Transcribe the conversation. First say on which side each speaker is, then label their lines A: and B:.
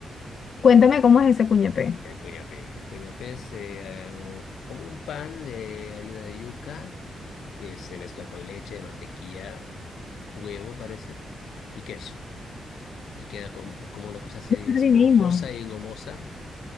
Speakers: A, on the left; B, on the left.
A: Cuéntame cómo es ese cuñapé.
B: El cuñapé. El cuñapé es eh, un- como un pan de harina de yuca que se mezcla con leche, mantequilla, huevo, parece, y queso. Y queda como, como una cosa así
A: Debe ser
B: esponjosa
A: divino.
B: y gomosa,